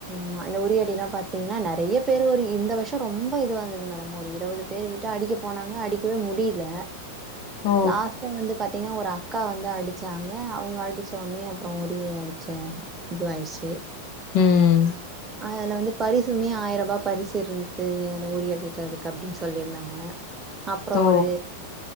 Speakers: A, on the right (about 20°); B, on the left (about 50°).
A: மா இந்த உரிய அடினா பாத்தீங்னா பேரு ஒரு வருஷம் ரொம்ப இது வா இருந்தது மேடம் ஒரு இருபது பேரு கிட்ட அடிக்க போனாங்க அடிக்கவே முடில
B: ஒ
A: ஃபர்ஸ்ட் வந்து பாத்தீங்கன்னா ஒரு அக்கா வந்து அடிச்சாங்க அவங்க அடிச்ச உன்னே அப்ரோ உரிய அடிச்சாங்க இது ஆயிடுச்சே
B: ம்
A: அதுல வந்து பரிசுமே ஆயிர ரூபாப் பரிசு இருந்தது அந்த உறி அடைக்கிறதுக்கு அப்டின்னு சொல்லியிருந்தாங்க அப்ரோ
B: ஓ
A: ஒரு